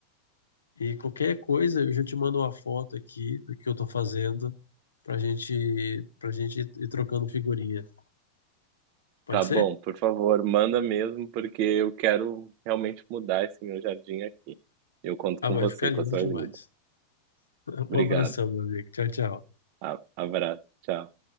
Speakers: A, on the left; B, on the right.
A: e qualquer coisa eu já te mando uma foto aqui do que eu tô fazendo pra gente, pra gente ir ir trocando figurinha. Pode
B: Tá
A: ser?
B: bom, por favor, manda mesmo, porque eu quero realmente mudar esse meu jardim aqui. Eu conto
A: Ah,
B: com
A: vai
B: você,
A: ficar lindo
B: com a sua
A: demais.
B: ajuda.
A: <laughs>
B: Obrigado.
A: Um abração, meu amigo. Tchau, tchau.
B: A- Abraço. Tchau.